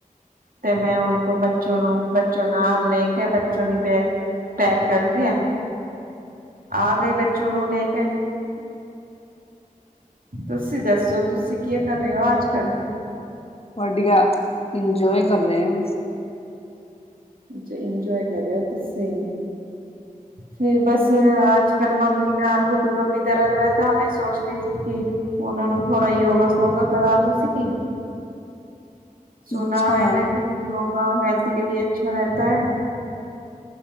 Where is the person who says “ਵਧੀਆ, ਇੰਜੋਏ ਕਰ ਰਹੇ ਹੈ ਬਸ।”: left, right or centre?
Left